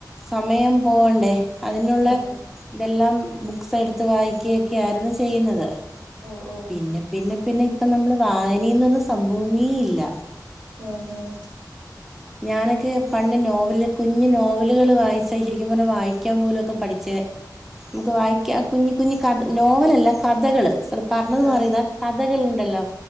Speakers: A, in the centre; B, on the right.
A: സമയം പോവണ്ടേ അതിനുള്ള..
B: അതെ
A: ഇതെല്ലാം ബുക്സ് എടുത്ത് വായിക്ക യൊക്കൊയിരുന്നു ചെയ്യുന്നത്..
B: ഓ ഓ
A: പിന്നെ പിന്നെ പിന്നെ ഇപ്പ നമ്മള് വായനെന്നുള്ള സംഭവമേ ഇല്ല..
B: ഉം ഉം..
A: ഞാനൊക്കെ പണ്ട് നോവല് കുഞ്ഞ് നോവലുകൾ വായിച്ച ശരിക്കും പറഞ്ഞ വായിക്കാൻ പോലുംക്കെ പഠിച്ചെ.. നമുക്ക് വായിക്ക കുഞ്ഞ് കുഞ്ഞ് ക നോവലല്ല കഥകള്.. പറഞ്ഞത്
B: ക
A: മാറിയതാ കഥകൾണ്ടല്ലോ..